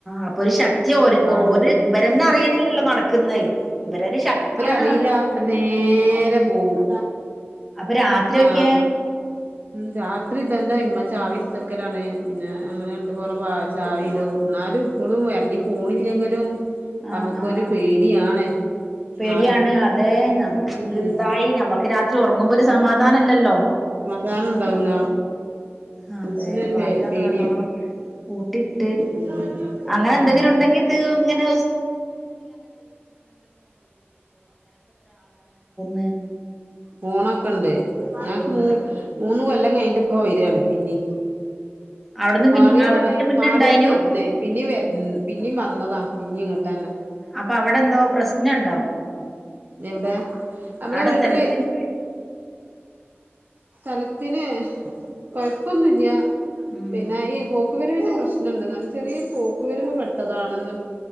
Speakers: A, in the centre; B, on the right.
A: അപ്പൊ ഒരു ശക്തി <unintelligible>
B: അത്
A: ഇവരെന്നെ അറിയണില്ലല്ലോ നടക്കുന്നയ്. <unintelligible>
B: അറീല ന്നട്ട് നേരെ പോവും
A: അപ്പൊ രാത്രിയൊക്കെ
B: ആഹ ഉം രാത്രി ഇതെന്നെ ഇമ്മ ചാവി ഇട് ത്തക്കലാണ് പിന്നെ ഞങ്ങൾ രണ്ടു പോറം വാ ചാവി ഇടും. ന്നാലും ഇപ്പൊളും ഇറങ്ങി പോണില്ലെങ്കിലും നമുക്കൊരു
A: ആഹ് ആഹ്
B: പേടിയാണ്.
A: പേടിയാണ്
B: എന്നാലും
A: അതെ നമുക്ക് ഇതെന്തായി
B: ഉം
A: നമുക്ക് <unintelligible> ഉറങ്ങുമ്പോ ഒരു സമാധാനം ഇല്ലല്ലോ.
B: ധാനം ഉണ്ടാവൂല.
A: ആ
B: മനസ്സിനൊരു
A: അതെ വാതിലൊക്കെ
B: വേ പേടിയാ
A: നല്ലവോണം പൂട്ടിട്ട്
B: ഉം
A: അങ്ങനെ
B: ഉം
A: എന്തെങ്കിലും ഉണ്ടെങ്കിത് ഇങ്ങനെ! <inaudible>
B: പോണൊക്കെ ഇണ്ട് ഞങ്ങക്ക്
A: ഉം
B: മൂ മൂന്ന് കൊല്ലം കഴിഞ്ഞിട്ട്പ്പോ വരാണ് പിന്നീം.
A: അവിടുന്ന് പിൻ
B: മാറിയതാണേ
A: അവിടുന്ന് മുന്നെ
B: മാറിയതരുന്നേ
A: ഇണ്ടായിനു
B: പിന്ന വര പിന്നീ വന്നതാ. പിന്നീ ഇങ്ങോട്ടന്നെ.
A: അപ്പൊ അവിടെ എന്തോ പ്രശ്നണ്ടോ?
B: എവിടെ നമ്മളെ
A: അവിടെ
B: വീട്ടില്
A: സ്ഥലത്തിന്
B: സ്ഥലത്തിന് കൊഴപ്പൊന്നുംല്യ
A: ഉം
B: പിന്നെ ഈ പോ പോൂക്കുവരുവിന്റെ പ്രശ്നംണ്ട് എന്നൽ ചെറിയരു പോക്കുുവരുവ് പട്ടാണെന്നും